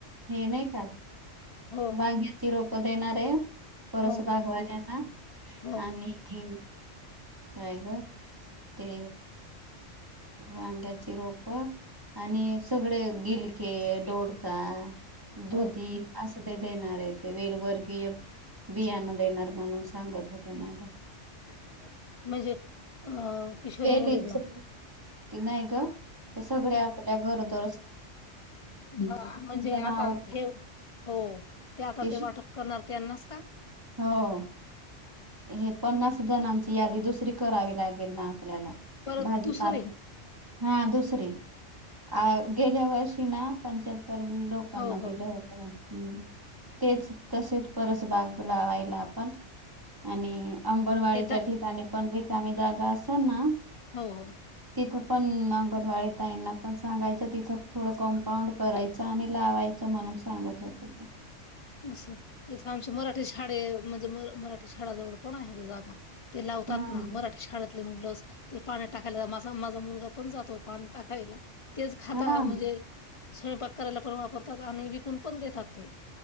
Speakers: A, on the right; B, on the left.
A: हे नाही का
B: हो
A: वांग्याची रोपं देणार आहे परस
B: हो
A: भागवा त्यांना
B: हो,
A: आणि काय ग ते वांग्याची रोप आणि सगळे गिलके, डोडका, दुधी
B: हो.
A: असं ते देणार आहे ते वेलवर्गीय बियाना देणार म्हणून सांगत होत्या मला,
B: <unintelligible> म्हणजे अ किशोरी
A: <unintelligible>
B: मुलींना
A: कि नाही ग हे सगळे आपल्या घरोदर
B: ह म्हणजे
A: नाव
B: आता हे हो ते आता
A: किश
B: ते वाटप करणार. त्यांनास का
A: हो हे पन्नास जणांची यादी दुसरी करावी लागेल ना, आपल्याला
B: परत
A: भाजीपाला
B: दुसरे
A: हा दुस <unintelligible>
B: हो
A: गेल्या वर्षी ना पंच तर लोकांना
B: हो
A: दिलं
B: हो
A: होतं ह्म्म तेच तसेच परत बाग लावायला आपण आणि अंगणवाडीच्या
B: हे तर
A: ठिकाणी पण रिकामी जागा असेल ना,
B: हो, हो.
A: तिथं पण अंगणवाडी ताईना पण सांगायचं तिथं थोडं कम्पाऊंड करायचं आणि लावायचं म्हणून सांगत होत.
B: असथ आमची मराठी शाळे म्हणजे मराठी शाळाजवळ पण आहे जागा ते लावतात
A: हम्म
B: ना मराठी शाळेतले मुलं ते पाणी टाकायला माझ माझा मुलगा पण जातो पाणी टाकायला तेच खाता
A: हा
B: म्हणजे, स्वयंपाक करायला पण वापरतात आणि विकून पण देतात ते